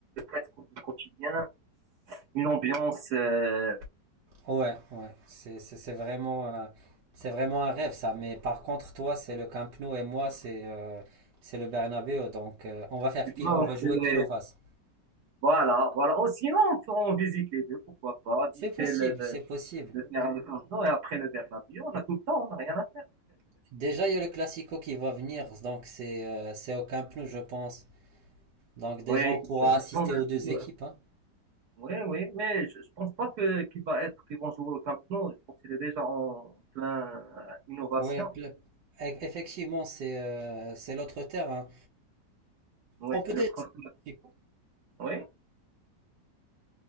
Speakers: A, on the right (about 65°); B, on the right (about 85°).
A: presque du quotidien. Une ambiance. euh,
B: Ouais, ouais. C'est, c'est, c'est vraiment, euh, c'est vraiment un rêve, ça. Mais par contre, toi, c'est le Camp Nou et moi, c'est, euh, c'est le Bernabéu. Donc, euh, on va faire
A: tu
B: pile,
A: vois,
B: on va
A: on
B: jouer
A: fait-
B: pile ou face.
A: voilà, voilà. Oh, sinon, on, on visite les deux, pourquoi pas.
B: C'est
A: Visiter
B: possible,
A: le, le,
B: c'est possible.
A: le terrain de Cardo et après le Bernabéu. On a tout le temps, on n'a rien à
B: Déjà, il y a le Classico qui va venir, donc c'est, euh, c'est au Camp Nou, je pense. Donc déjà,
A: Oui,
B: on pourra
A: je
B: assister
A: pense
B: aux deux
A: que-
B: équipes. Hein.
A: oui, oui, mais je, je pense pas que qu'il va être qu'ils vont jouer au Camp Nou. Je pense qu'il est déjà en plein euh, innovation.
B: Oui, pl- eff- effectivement, c'est euh, c'est l'autre terre. hein.
A: Oui,
B: On peut
A: le
B: déjà
A: troc-
B: assister au Classico.
A: Oui,